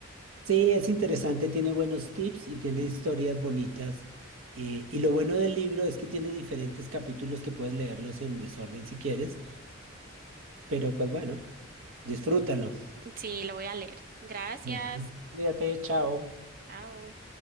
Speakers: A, on the right (about 85°); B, on the right (about 45°).
A: sí, es interesante, tiene buenos tips y tiene historias bonitas. eh, y lo bueno del libro es que tiene diferentes capítulos que puedes leerlos en desorden si quieres, pero pues bueno, disfrútalo.
B: Sí, lo voy a leer. Gracias.
A: Ujú. Cuídate, chao.
B: Chao.